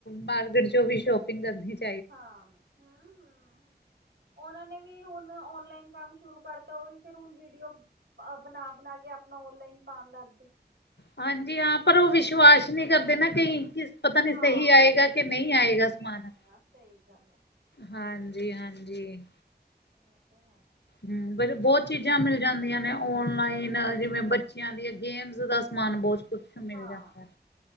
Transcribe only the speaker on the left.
ਮਾਰਕੀਟ ਚੋ ਵੀ ਸ਼ੋਪਿੰਗ ਕਰਨੀ ਚ
ਹਾਂਜੀ ਹਾਂ ਪਰ ਓ ਵਿਸ਼ਵਾਸ ਨੀ ਕਰਦੇ ਨਾ ਕਈ ਕਿਸ ਪਤਾ ਨੀ
ਸਈ ਆਏਗਾ ਕੇ ਨਈ ਆਏਗਾ
ਸਮਾਨ।
ਹਾਂਜੀ-ਹਾਂਜੀ।
ਹੂੰ, ਬੋਤ ਚੀਜ਼ਾਂ ਮਿਲ ਜਾਂਦੀਆਂ ਨੇ ਓਨਲਾਈਨ
ਜਿਵੇਂ ਬੱ ਬੱਚੇਆਂ ਦੀਆਂ ਗੇਮਜ ਦਾ ਸਮਾਨ ਬੋਤ ਕੁਛ ਮਿਲ
ਜਾਂਦਾ